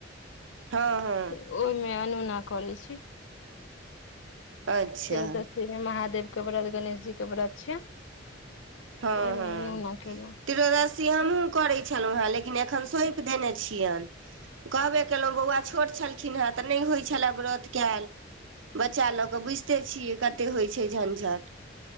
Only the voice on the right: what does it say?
हँ हँ
अच्छा
हँ
हँ
त्रोदशी हमहूँ करै छलहुँ हेँ लेकिन एखन सौंपि देने छियनि कहबे केलहुँ बौआ छोट छलखिन हेँ तऽ नहि होइत छलए व्रत कयल बच्चा लऽ कऽ बुझिते छियै कतेक होइ छै झंझट